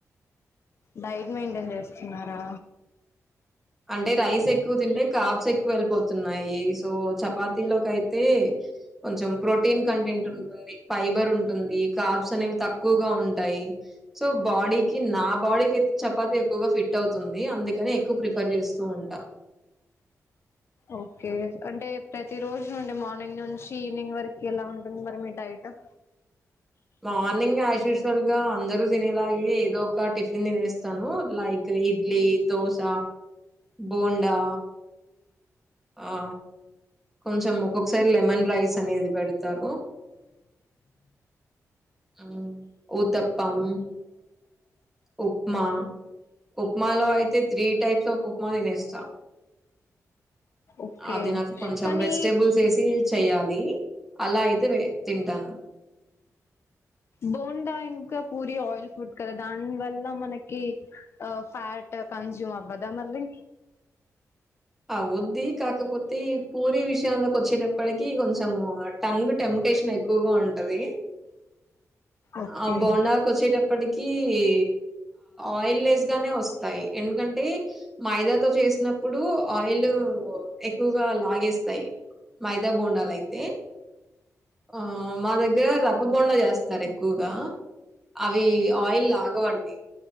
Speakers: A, on the left; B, in the centre.
A: డైట్ మెయింటైన్ చేస్తున్నారా
B: అంటే రైస్ ఎక్కువ తింటే కాప్స్ ఎక్కువ వెళ్ళిపోతున్నాయి సో చపాతీలోకి అయితే కొంచెం ప్రోటీన్ కంటెంట్ ఉంటుంది ఫైబర్ ఉంటుంది కాబ్స్ అనేవి తక్కువగా ఉంటాయి సో బాడీకి నా బాడీకి అయితే చపాతి ఎక్కువగా ఫిట్ అవుతుంది అందుకని ఎక్కువ ప్రిఫ చేస్తూ ఉంటా
A: ఓకే అంటే ప్రతి రోజు నుండి మార్నింగ్ నుంచి ఈవినింగ్ వరకు ఎలా ఉంటుంది మరి మీ డైట్ <unintelligible>
B: మార్నింగ్ యాజ్ యూజువల్ గా అందరూ తినేలాగే ఏదో ఒక టిఫిన్ తినేస్తాను లైక్ ఇడ్లీ దోశ బోండా ఆ కొంచెం ఒక్క ఒకసారి లెమన్ రైస్ అనేది పెడతారు హు ఊతప్పం ఉప్మా ఉప్మాలో అయితే త్రీ టైప్స్ ఆఫ్ ఉప్మా తినేస్తాం
A: ఓకే
B: అది నాకు కొంచెం
A: కానీ
B: వెజిటేబుల్స్ వేసి చెయ్యాలి అలా అయితే వే తింటాను
A: బోడా ఇంకా పూరి ఆయిల్ ఫుడ్ కదా దాని వల్ల మనకి ఆ ఫ్యాట్ కంజుం అవ్వదా మళ్ళీ
B: అవుద్ది కాకపోతే పూరి విషయంలో వచ్చేటప్పటికి కొంచెం టంగ్ టెంటేషన్ ఎక్కువగా ఉం అది
A: ఓకే
B: ఆ బోండాకు వచ్చేటప్పటికి ఈ ఆయిల్నెస్ గానే వస్తాయి ఎందుకంటే మైదాతో చేసినప్పుడు ఆయిల్ ఎక్కువగా లాగేస్తాయి మై ద బోండాలు అయితే ఆ మా దగ్గర రవ్వ బొండా చేస్తారు ఎక్కువగా అవి ఆయిల్ లాగవండి